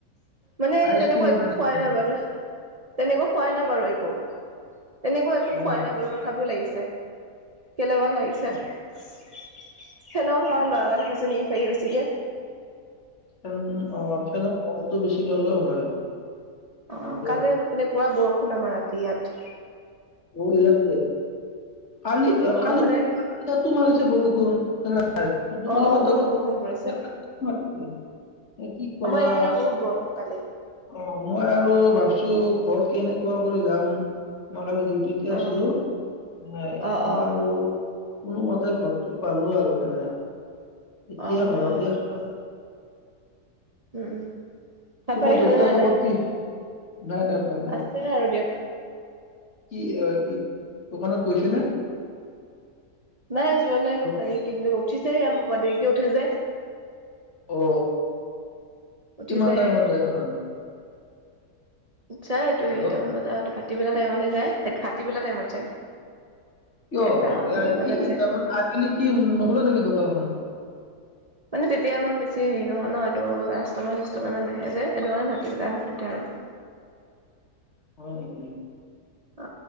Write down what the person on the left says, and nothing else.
আইচক্ৰীম
আইচক্ৰীম
হয়
নেকি?
অ',
অ',
ফন অ ফেন বটো বেছি ললেও হয়
হয় দিয়া।
অ ইয়াতে কালি
কালিতো
মাৰিছে বৰষুণ হয় ত তোমালক
তাত
<unintelligible> এ কি কবা
অ মই আৰু ভাবিছো তৰ কেনেকুৱা কৰি যাম ন কালি দি তেতিয়া আছিলো
নাই
মই
আৰু কোনোমতে ঘৰটো পালো আৰু জাননা এতিয়া
ঘৰতে
আছো ৰবা
তোমাৰ
দেউতাৰ
খবৰ
কি? নাই দেপা নাই
কি কি দোকানত গৈছে নে
দোকা-
অ
কিমান টাইমত যায় দোকানত?
হেল্ল'
কিয়
কি
তাৰমান আবেলি কি নোখোল নেকি দোকানখন
<inaudible> হয় নেকি